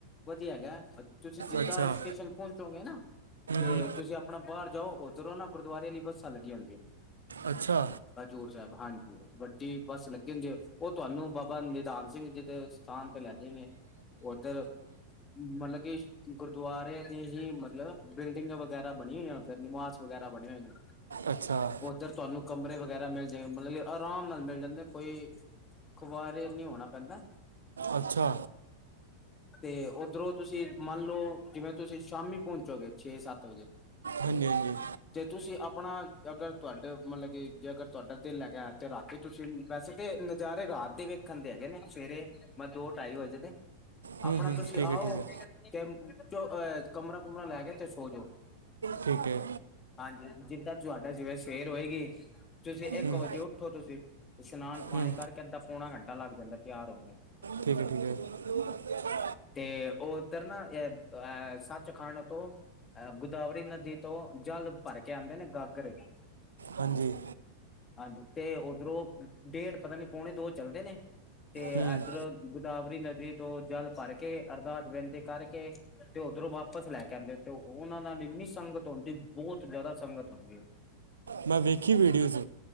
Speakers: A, on the left; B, on the right.
A: ਵਦੀਆ ਹੈਗਾ, ਤੁਸੀਂ ਜਿੱਦਾਂ
B: ਅੱਛਾ
A: ਸਟੇਸ਼ਨ ਪਹੁੰਚੋਗੇ ਨਾ ਤੇ
B: ਹੂੰ
A: ਤੁਸੀਂ ਅਪਣਾ ਬਾਰ ਜਾਓ, ਉਧਰੋਂ ਨਾ ਗੁਰਦੁਆਰੇ ਆਲੀ ਬੱਸਾਂ ਲੱਗੀਆਂ ਹੁੰਦੀਆਨ।
B: ਅੱਛਾ
A: ਹਜ਼ੂਰ ਸਾਇਬ ਹਾਂਜੀ, ਵੱਡੀ ਬੱਸ ਲੱਗ ਹੋਂਦੀ ਏ ਉਹ ਤੁਆਨੂੰ ਬਾਬਾ ਨਿ ਧਾਨ ਸਿੰਘ ਜੀ ਦੇ ਸਥਾਨ ਤੇ ਲੈਜੇ ਨੇ ਓਧਰ ਮਤਲਬ- ਗੁਰਦੁਆਰਿਆਂ ਦੀ ਹੀ ਮਤਲਬ ਬਿਲਡਿੰਗ ਵਗੈਰਾ ਬਣੀ ਹੋਈਆਂ ਉੱਧਰ ਨਿਵਾਸ ਵਗੈਰਾ ਬਣੇ ਹੋਏ ਨੇ।
B: ਅੱਛਾ।
A: ਓਧਰ ਤੁਆਨੂੰ ਕਮਰੇ ਵਗੈਰਾ ਮਿਲ ਜੇਵੇ, ਮਤਲਬ ਆਰਾਮ ਨਾਲ ਮਿਲ ਜਾਂਦੇ, ਕੋਈ ਖੁਆਰ ਨੀ ਹੋਣਾ ਪੈਂਦਾ।
B: ਅੱਛਾ
A: ਤੇ ਓਧਰੋਂ ਤੁਸੀਂ ਮੰਨ ਲਓ ਜਿਵੇਂ ਤੁਸੀਂ ਸ਼ਾਮੀ ਪਹੁੰਚੋਗੇ ਛੇ, ਸੱਤ ਵਜੇ
B: ਹਾਂਜੀ-ਹਾਂਜੀ।
A: ਤੇ ਤੁਸੀਂ ਆਪਣਾ ਅਗਰ ਤੁਆਡੇ ਮਤਲਬ ਕਿ ਜੇ ਅਗਰ ਤੁਆਡਾ ਦਿਲ ਐਗਾ ਤੇ ਰਾ ਕਿ ਤੁਸੀਂ, ਵੈਸੇ ਤੇ ਨਜ਼ਾਰੇ ਰਾਤ ਦੇ ਵੇਖ ਣ ਦੇ ਹੈਗੇ ਨੇ, ਸਵੇਰੇ ਦੋ-ਢਾਈ ਵਜੇ ਦੇ,
B: ਹੂੰ
A: ਅਪਣਾ
B: ਹੂੰ
A: ਤੁਸੀਂ
B: ਠੀਕ
A: ਆਓ
B: ਹੈ ਠੀਕ ਹੈ
A: ਤੇ ਆ ਕਮਰਾ ਕੁਮਰਾ ਲੈ ਕੇ ਏਤੇ ਸੋਜੋ।
B: ਠੀਕ ਐ।
A: ਹਾਂਜੀ, ਜਿੱਦਾਂ ਤੁਆਡਾ ਜਿਵੇਂ ਸਵੇਰ ਹੋਏਗੀ ਤੁਸੀਂ ਇੱਕ
B: ਹੂੰ
A: ਵਜੇ ਉੱਠੋ ਤੁਸੀਂ ਇਸ਼ਨਾਨ ਪਾਣੀ
B: ਹੂੰ
A: ਕਰਕੇ ਅੱਦਾਂ ਪੌਣਾ ਘੰਟਾ ਲੱਗ ਜਾਂਦਾ ਤਿਆਰ ਹੁੰਦੇ
B: ਠੀਕ ਐ, ਠੀਕ ਐ।
A: ਤੇ ਓਧਰ ਨਾ ਅਹ ਐ ਸਚ ਖੰਡ ਤੋਂ ਐ ਗੋਦਾਵਰੀ ਨਦੀ ਤੋਂ ਜਲ ਭਰ ਕੇ ਆਂਦੇ ਨੇ ਗਾਗਰ ਇਚ
B: ਹਾਂਜੀ।
A: ਹਾਂਜੀ ਤੇ, ਉੱਧਰੋਂ ਡੇਟ ਪਤਾ ਨੀ ਪੋਣੇ ਦੋ ਚੱਲਦੇ ਨੇ ਤੇ
B: ਹੂੰ
A: ਐਧਰੋਂ ਗੋਦਾਵਰੀ ਨਦੀ ਤੋਂ ਜਲ ਭਰ ਕੇ ਅਰਦਾਸ ਬੇਨ ਥੀ ਕਰਕੇ ਤੇ ਓਧਰੋਂ ਵਾਪਸ ਲੈ ਕੇ ਆਂਦੇ, ਤੇ ਉਨਾਂ ਨਾਲ ਇੰਨੀ ਸੰਗਤ ਹੋਂਦੀ, ਬੌਤ ਜੈਦਾ ਸੰਗਤ ਹੁੰਦੀ ਐ।
B: ਮੈਂ ਵੇਖੀ ਵੀਡੀਓਜ਼